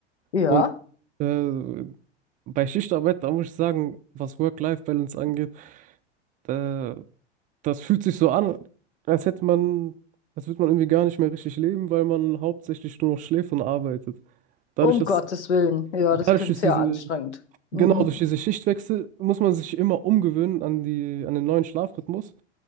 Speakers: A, on the left; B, on the right.
A: Ja,
B: Und äh, Bei Schichtarbeit, da muss ich sagen, was Work-Life-Balance angeht, da, das fühlt sich so an, als hätte man, als würde man irgendwie gar nicht mehr richtig leben, weil man hauptsächlich nur noch schläft und arbeitet. Dadurch,
A: um
B: dass,
A: Gottes Willen. Ja,
B: dadurch,
A: das klingt
B: dass
A: sehr
B: diese,
A: anstrengend. Mhm.
B: genau durch diese Schichtwechsel muss man sich immer umgewöhnen an die, an den neuen Schlafrhythmus.